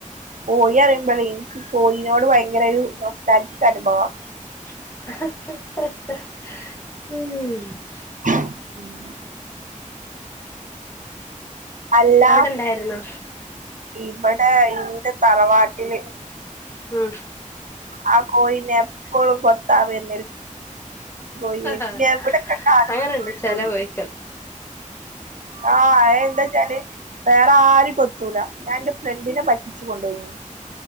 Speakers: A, on the right (about 70°); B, on the left (about 20°).
A: കോഴി അറിയുമ്പോല്ലേ എനിക്ക് ബി കോഴനോട് ഭയങ്കര ഒരു നൊസ്റ്റാജിക്ക് അനുഭവം
B: ഉം
A: <inaudible> അല്ല
B: അവിടെണ്ടായിരുന്നു
A: ഇവിടെ ഇന്റെ തറവാട്ടില്
B: ഉം
A: ആ കോയി എപ്പോഴും കൊ ത്താൻ വരുന്ന ഒരു കോഴി ആയിരുന്നു
B: ആഹ്
A: എവിടെ കണ്ടാലും
B: അങ്ങനെണ്ട് ചെല
A: <unintelligible>
B: കോഴിക്കൾ
A: ആ എന്താ വച്ചാല് വേറെ ആരും കൊത്തൂല ഞാൻ എന്റെ ഫ്രണ്ടിനെ പറ്റി ച്ചു കൊണ്ട് പോയി